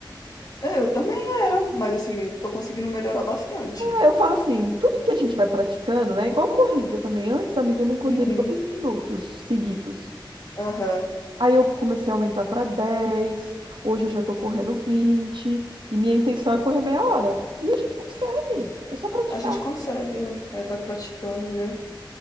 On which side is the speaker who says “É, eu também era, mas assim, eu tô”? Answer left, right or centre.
Left